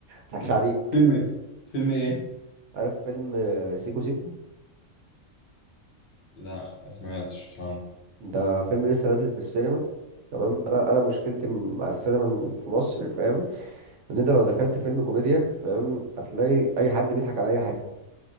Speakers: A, on the right; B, on the left.
A: مضحكش
B: <laughs>
A: عليك
B: فيلم ايه فيلم ايه
A: عارف فيلم آه، سيكو سيكو
B: لا ما سمعتش عنه
A: ده فيلم لسه نازل في السينما تمام انا انا مشكلتي م- مع السينما في مصر فاهم ان انت لو دخلت فيلم كوميديا فاهم هتلاقي اي حد بيضحك على اي حاجة